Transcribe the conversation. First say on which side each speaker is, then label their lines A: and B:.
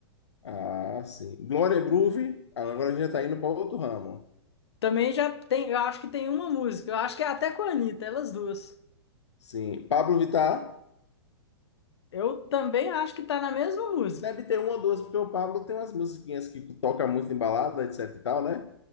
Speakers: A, on the left (about 80°); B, on the left (about 70°).
A: Ah, sim. Glória Groove. Agora a gente já tá indo para outro ramo.
B: Também já tem, eu acho que tem uma música. Eu acho que é até com a Anitta, elas duas.
A: Sim. Pablo Vittar.
B: Eu também acho que tá na mesma música.
A: Deve ter uma ou duas, porque o Pablo tem umas musiquinhas que toca muito em balada, etc e tal, né?